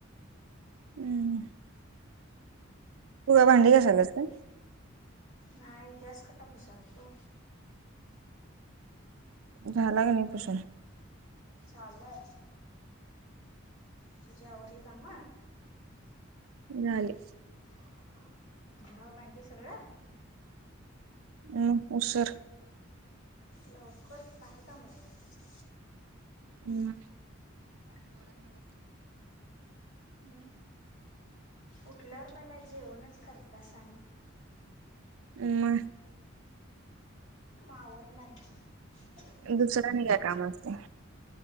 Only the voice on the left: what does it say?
नाही गॅस कट्टा पूसालतो.
छालंलय. तुझे आवरले काम.
<inaudible> धून, भांडी सगळं.
लवकर भारी काम आहेे म तुझं
हम् हम् उठल्यावर पहिला जेवणच करतासा आणि
म आवरणार की तुमचं